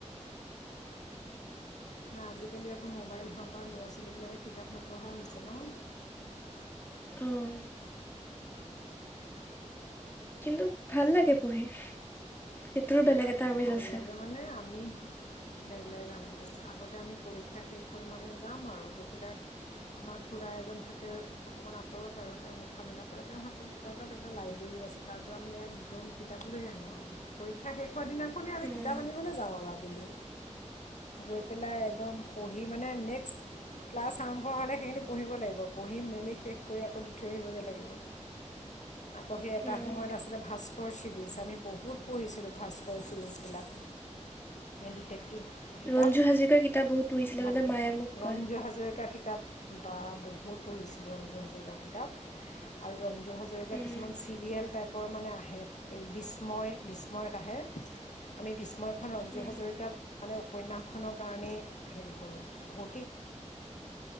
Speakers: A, on the left; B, on the left.
A: ন আজিকালি আকৌ মোবাইল হোৱাৰ পৰা ল'ৰা ছোৱালীবিলাকে কিতাপ নপঢ়া হৈছে ন।
B: অ'। কিন্তু ভাল লাগে পঢ়ি, সিটো বেলেগ এটা আমেজ
A: ভাল
B: আছে
A: লাগে মানে আমি বেলেগলেগ আমি গৈছোঁ আগতে আমি পৰীক্ষা শেষ হ'ল মানে যাম আৰু গৈ পেলাই আমাক খোৰা এজন থাকে অকণমান আঁতৰত আৰু তেওঁ লিখা মেলা কৰে, তেওঁৰ হাতত তেওঁৰ পৰা এটা লাইব্ৰেৰী আছে তাৰপৰা আমি ইয়াত ত কিতাপ লৈ আনো আৰু, পৰীক্ষা সেষ পৰিক্ষা দিনাখনে আমি
B: উম
A: কিতাপ আনিবলৈ যাওঁ আৰু আবেলি গৈ পেলাই একদম পঢ়ি মানে নেক্সট ক্লাছ আৰম্ভ হ'লে সেইখিনি পঢ়িব লাগিবঢ়ি মেইলি শেষ কৰি আকৌ দি থৈ আহিবগৈ লাগিব। আকৌ সেই এটা
B: উম
A: সময়ত আছিলে ভাস্কৰ চিৰিজ আমি বহুত পঢ়িছিলো। ভাস্কৰ চিৰিজবিলাক। ডিটেক্টিভ কিতাপ
B: ৰঞ্জু হাজৰিকাৰ কিতাপ বহুত পঢ়িছিলে
A: ভাল
B: বোলে
A: পায়
B: মায়ে মোক
A: ৰঞ্জু
B: কয়
A: হাজৰিকাৰ কিতাপ। বা বহুত পঢ়িছিলোঁ ৰঞ্জু হাজৰিকাৰ কিতাপ, আৰু ৰঞ্জু হাজৰিকা
B: উম
A: কিছুমান চিৰিয়েল টাইপৰ মানে আহে, এই বিস্ময় বিস্ময়ত আহে। আমি বিস্ময়খন ৰঞ্জু
B: উম
A: হাজৰিকাত মানে উপন্যাসখনৰ কাৰণেই হেৰি কৰোঁ। ভৌতিক